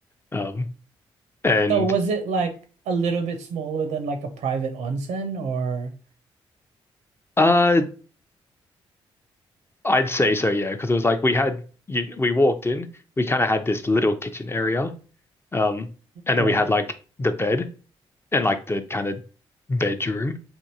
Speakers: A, on the left; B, on the right.
A: Um, and
B: So was it like a little bit smaller than like a private onsen or?
A: uh, I'd say so, yeah, because it was like we had you, we walked in, we kind of had this little kitchen area, um, and
B: Right.
A: then we had like the bed and like the kind of bedroom,